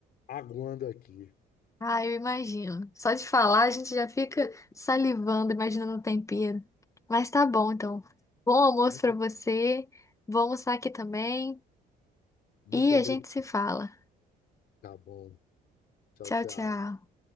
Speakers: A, on the left; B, on the left.
A: aguando aqui.
B: Ah, eu imagino. Só de falar a gente já fica salivando, imaginando o tempero. Mas tá bom, então. Bom almoço
A: Muito
B: pra você. Vou almoçar aqui também
A: muito
B: e a
A: obrigado.
B: gente se fala.
A: Tá bom. Tchau,
B: Tchau,
A: tchau.
B: tchau.